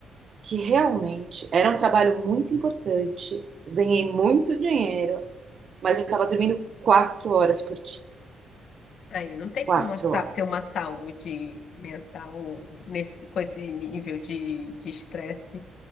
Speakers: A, on the right; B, on the left.
A: que realmente era um trabalho muito importante. Ganhei muito dinheiro, mas eu estava dormindo quatro horas por dia.
B: Aí não tem
A: Quatro
B: como a sa-
A: horas.
B: ter uma saúde mental nesse, com esse nível de de estresse.